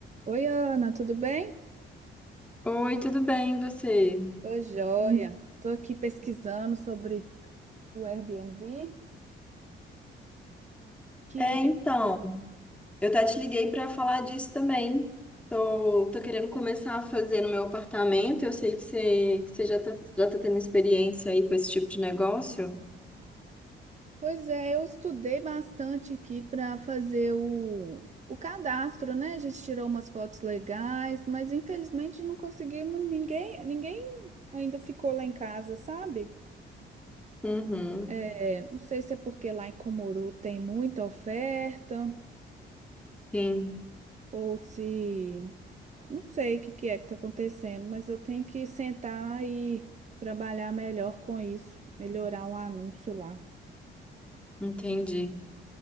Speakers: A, on the right (about 35°); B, in the centre.
A: Oi, Ana, tudo bem?
B: Oi, tudo bem, e você?
A: Tô Hum, joia. Tô aqui pesquisando sobre o Airbnb, que,
B: É, então, eu até te liguei para falar disso também. Tô, tô querendo começar a fazer no meu apartamento. Eu sei que você, que você já tá, já tá tendo experiência aí com esse tipo de negócio.
A: pois é, eu estudei bastante aqui para fazer o, o cadastro, né? A gente tirou umas fotos legais, mas infelizmente não conseguimos ninguém, ninguém ainda ficou lá em casa, sabe?
B: Uhum,
A: É, não sei se é porque lá em Cumuru tem muita oferta
B: sim,
A: ou se Não sei o que que é que está acontecendo, mas eu tenho que sentar e trabalhar melhor com isso, melhorar um anúncio lá.
B: entendi.